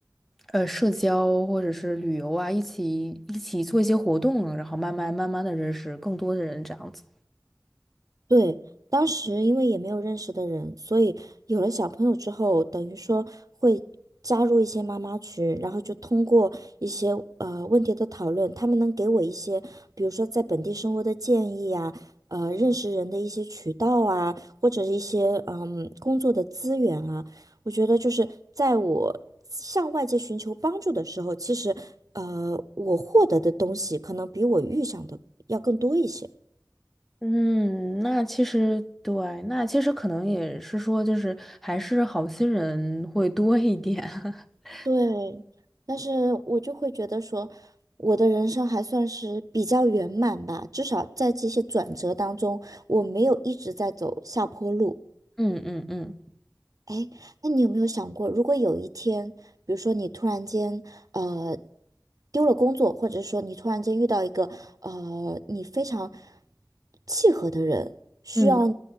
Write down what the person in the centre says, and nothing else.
呃，社交或者是旅游啊，一起一起做一些活动啊然后慢慢慢慢的认识更多的人，这样子。
嗯，那其实对，那其实可能也是说，就是还是好心人会多一点。<laughs>
嗯嗯嗯
嗯，